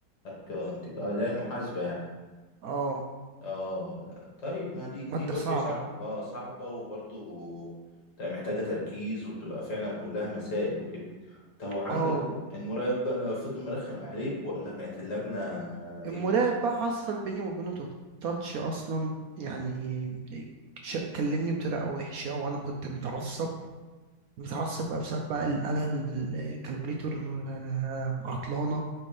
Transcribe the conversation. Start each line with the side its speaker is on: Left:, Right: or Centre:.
Left: اكونتنج اه اللي هي المحاسبة يعني
Right: اه
Left: اه لا. طيب ما دي دي
Right: مادة
Left: برضه
Right: صعبة
Left: صعبة اه صعبة وبرضه لا، محتاجة تركيز وبتبقى فعلا كلها مسائل وكده انت هو عندك
Right: اه
Left: المراقب بقى فضل مرخم عليك ولا كانت اللجنة ايه
Right: المراقب
Left: بالظبط
Right: بقى حصل بيني وبينه تات- تاتش أصلا يعني ش- كلمني بطريقة وحشة وأنا كنت متعصب متعصب بقى بسبب بقى ال- على ال- الكالكوليتور آه، عطلانة